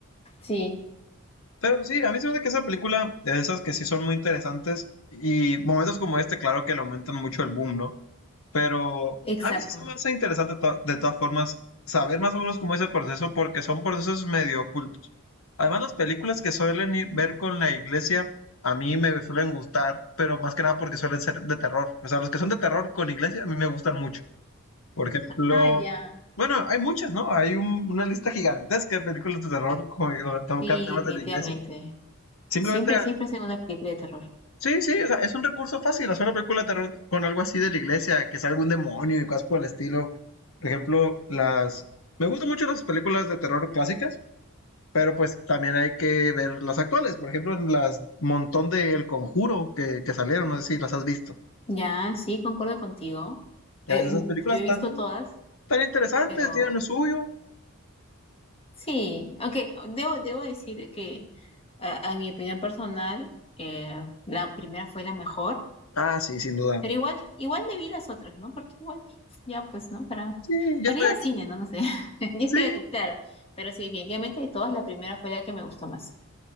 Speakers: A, on the left; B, on the left.
A: Sí.
B: Pero sí, a mí se me hace que esa película, de esas que sí son muy interesantes, y momentos como este, claro que le aumentan mucho el boom, ¿no? Pero
A: Exacto.
B: a mí sí se me hace interesante to- de todas formas saber más o menos cómo es el proceso porque son procesos medio ocultos. Además, las películas que suelen ir- ver con la iglesia a mí me suelen gustar, pero más que nada porque suelen ser de terror. O sea, los que son de terror con iglesia a mí me gustan mucho. Por ejemplo,
A: Ah, ya.
B: bueno, hay muchas, ¿no? Hay un- una lista gigantesca de películas de terror con, donde tocan
A: Sí,
B: temas
A: definitivamente.
B: de la iglesia. Simplemente
A: Siempre, siempre es en una película de terror.
B: Sí, sí, o sea, es un recurso fácil hacer una película de terror con algo así de la iglesia, que salga un demonio y cosas por el estilo. Por ejemplo, las... Me gustan mucho las películas de terror clásicas, pero pues también hay que ver las actuales. Por ejemplo, las montón de El Conjuro que, que salieron, no sé si las has visto.
A: Ya, sí, concuerdo contigo.
B: Y
A: Eh,
B: a veces esas películas
A: yo
B: están
A: he visto todas,
B: tan interesantes,
A: pero
B: tienen lo suyo.
A: sí, aunque debo, debo decir que a, a mi opinión personal, eh, la primera fue la mejor
B: Ah, sí, sin duda.
A: Pero igual, igual me vi las otras, ¿no? Porque igual, ya pues, ¿no? Para,
B: Sí, ya
A: para
B: estoy
A: ir al
B: aquí.
A: cine, ¿no? No sé. <laughs> Ya
B: Sí,
A: estoy aquí, claro. Pero sí, definitivamente de todas, la primera fue la que me gustó más.